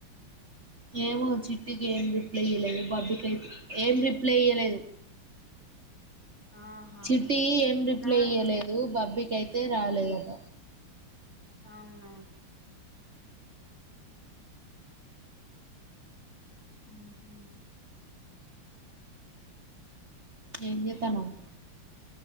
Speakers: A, on the right; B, on the left.
A: ఏమో చిట్టికి ఏం రిప్లై ఇయలేదు బబ్బీ ఏం రిప్లై ఇయ్యలేదు
B: ఆహా
A: చిట్టి ఏం రిప్లై
B: నా
A: ఇయ్యలేదు బబ్బీ కయితే రాలేదట
B: అవునా ఉహు
A: ఎంజేతనవ్